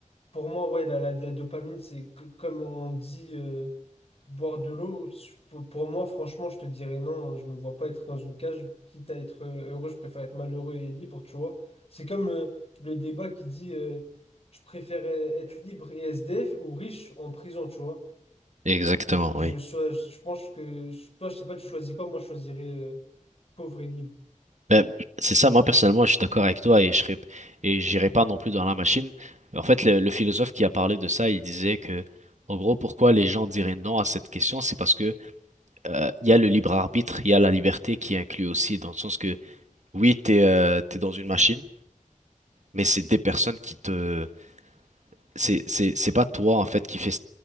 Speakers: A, on the left; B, on the right.
A: Pour moi, ouais, la, la, la dopamine, c'est que- comme on dit euh, boire de l'eau. Je- Pour, pour moi, franchement, je te dirais non. hein, Je me vois pas être dans une cage. Quitte à être euh, heureux, je préfère être malheureux et libre, tu vois. C'est comme euh, le débat qui dit euh, je préfère euh, être libre et SDF ou riche en prison, tu vois.
B: Exactement,
A: Je,
B: oui.
A: sois- je, pense que toi, je sais pas, tu choisis quoi? Moi, je choisirais euh, pauvre et libre.
B: Ben, c'est ça, moi personnellement, je suis d'accord avec toi et je serais, et j'irai pas non plus dans la machine. En fait, le, le philosophe qui a parlé de ça, il disait que, en gros, pourquoi les gens diraient non à cette question, c'est parce que euh, il y a le libre arbitre, il y a la liberté qui est inclue aussi, dans le sens que oui, t'es euh, t'es dans une machine. mais c'est des personnes qui te... C'est, c'est, c'est pas toi, en fait, qui fait,